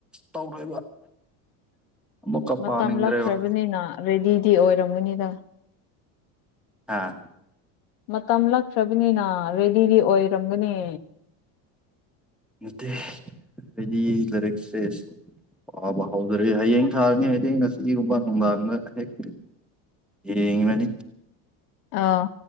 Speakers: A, in the centre; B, on the left.
A: ꯇꯧꯔꯦꯕ ꯃꯃꯨꯛꯀ
B: ꯃꯇꯝ
A: ꯄꯅꯤꯡꯗ꯭ꯔꯦꯕ
B: ꯂꯥꯛꯈ꯭ꯔꯕꯅꯤꯅ ꯔꯦꯗꯤꯗꯤ ꯑꯣꯏꯔꯝꯒꯅꯤꯗ
A: ꯑꯥ
B: ꯃꯇꯝ ꯂꯛꯈ꯭ꯔꯕꯅꯤꯅ ꯔꯦꯗꯤꯗꯤ ꯑꯣꯏꯔꯝꯒꯅꯤ
A: ꯅꯠꯇꯦ ꯔꯦꯗꯤ ꯂꯥꯏꯔꯛ ꯁꯦ꯫ ꯄꯥꯕ ꯍꯧꯗꯔꯦ ꯍꯌꯦꯡ ꯊꯥꯔꯅꯤ ꯍꯥꯏꯔꯗꯤ ꯉꯁꯤꯒꯨꯝꯕ ꯅꯨꯡꯗꯥꯡꯗ ꯈꯔꯥꯍꯦꯛ ꯌꯦꯡꯂꯅꯤ
B: ꯑꯥ